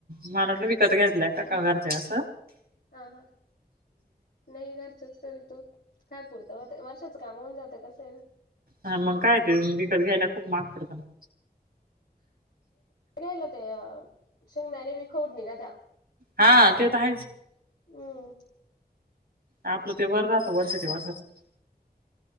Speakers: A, on the right (about 70°); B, on the left (about 80°).
A: मलां वाटलं विकतं घेतलांय कां घरंच्या आहे असं.
B: अं हं नाहीं घरच्यांचं तरी तो कायं पुरतं ओ ताई वर्षांचं कामं होऊंन जातं. असं आहे नां.
A: हां मगं कायं तरं. विकतं घ्यांयला खूंप महांग पडतं नां.
B: घ्यांयला ते अं शेंगदांणे बी खौट निघत्यां.
A: हां ते तरं आहेचं.
B: हम्मं
A: आपलं ते बरं राहतं वर्षाच्या वर्षांचं